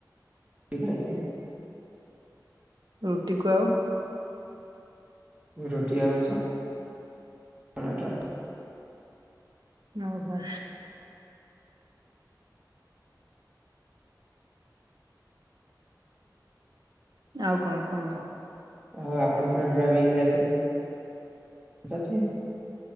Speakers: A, on the right; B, on the right.
A: ରୁଟି ଖାଇଛି।
B: ରୁଟିକୁ ଆଉ
A: ରୁଟି ଆଉ ସ <unintelligible>
B: ନଉ ବା ଆଉ କଣ କୁହନ୍ତ?
A: ଆଉ ଆପଣଙ୍କର ଡ୍ରାଇଭିଂ ଲାଇସେସ ସେଶ୍ ଅଛି।